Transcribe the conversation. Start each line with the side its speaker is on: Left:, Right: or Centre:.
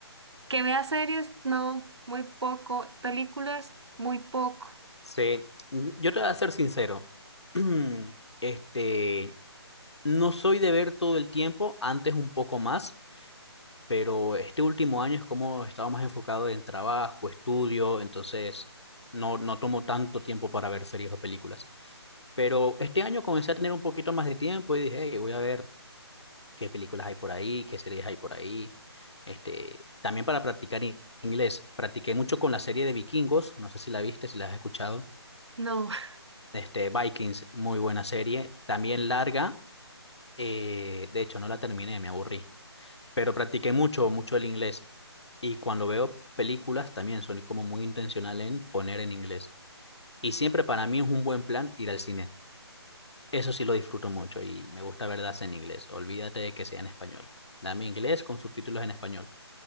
Right: Que vea series, no, muy poco. Películas, muy poco.
Left: Sí, Mm, yo te voy a ser sincero. <clears throat> Este, no soy de ver todo el tiempo, antes un poco más, pero este último año es como estaba más enfocado en trabajo, estudio, entonces no, no tomo tanto tiempo para ver series o películas. Pero este año comencé a tener un poquito más de tiempo y dije, "Hey, voy a ver qué películas hay por ahí, qué series hay por ahí. Este, también para practicar in- inglés. Practiqué mucho con la serie de Vikingos, no sé si la viste, si la has escuchado.
Right: No. <laughs>
Left: Este, Vikings, muy buena serie, también larga, eh, de hecho no la terminé, me aburrí, pero practiqué mucho, mucho el inglés y cuando veo películas también soy como muy intencional en poner en inglés. Y siempre para mí es un buen plan ir al cine. Eso sí lo disfruto mucho y me gusta verlas en inglés. Olvídate de que sea en español. Dame inglés con subtítulos en español.